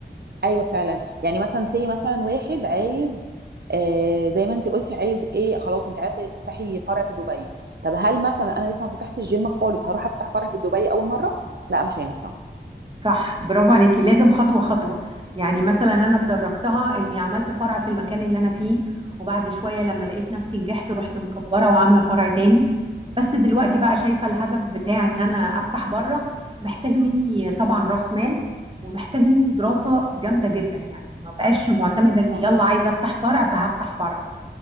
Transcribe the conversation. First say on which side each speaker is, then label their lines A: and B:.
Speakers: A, on the right; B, on the right.
A: ايوه فعلا يعني مثلا سي مثلا واحد عايز آه زي ما انت قلتي عايز ايه خلاص انت عايزه تفتحي فرع في دبي طب هل مثلا انا لسه ما فتحتش الجيم خالص هروح افتح فرع في دبي اول مره لا مش هينفع
B: صح برافو عليكي لازم خطوة خطوة يعني مثلا أنا اتدرجتها إني عملت فرع في المكان اللي أنا فيه وبعد شوية لما لقيت نفسي نجحت رحت مكبرة وعاملة فرع تاني بس دلوقتي بقى شايفة الهدف بتاع إن أنا أفتح بره محتاج مني طبعا رأس مال ومحتاج مني دراسة جامدة جدا يعني ما بقاش معتمدة
A: ايوه
B: إن يلا عايزة أفتح فرع فهفتح فرع